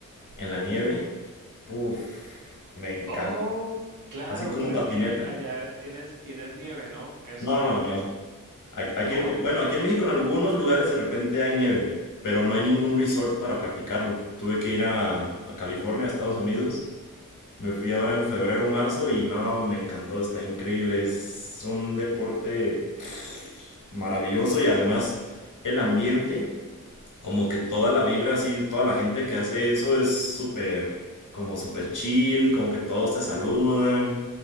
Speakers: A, on the left; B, on the right.
A: en la nieve. Puf, me encanta.
B: Oh, claro,
A: Así como
B: pero
A: patineta.
B: es que allá tienes, tienes nieve, ¿no? Eso
A: No, no.
B: es,
A: A- Aquí
B: ¿no?
A: en, bueno, aquí en México en algunos lugares de repente hay nieve, pero no hay ningún resort para practicarlo. Tuve que ir a, a California, a Estados Unidos. Me fui ahora en febrero o marzo y no, me encantó, está increíble. Es un deporte maravilloso y además el ambiente como que toda la vibra así, de toda la gente que hace eso es súper, como súper chill, como que todos te saludan,